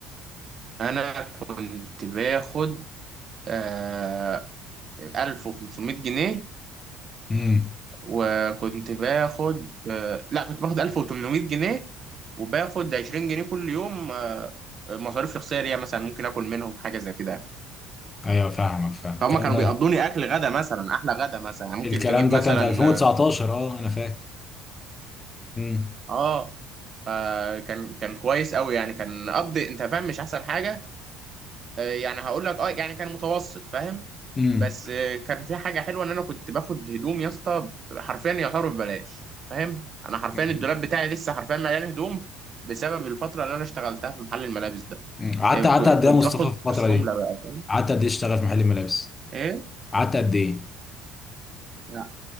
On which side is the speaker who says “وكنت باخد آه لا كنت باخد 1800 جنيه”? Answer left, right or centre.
Right